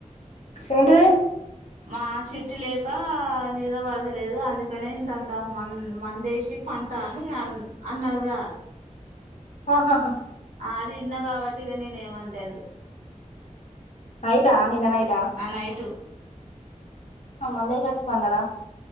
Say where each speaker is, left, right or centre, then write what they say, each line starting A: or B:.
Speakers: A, on the left; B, on the right.
A: ఏంటిది
B: మా చెట్టు లేక నిద పడదలేదు అందుకనే ఇంతంత మ మందేసి పంట అని అ అన్నర్ర
A: ఆహాహా
B: అది ఇన్న కాబట్టిగా నేన్ ఏమనలేదు
A: ఆయిదా నిన్న నైటా
B: నైటు
A: మంద ఎస్కొచ్చి పన్నడ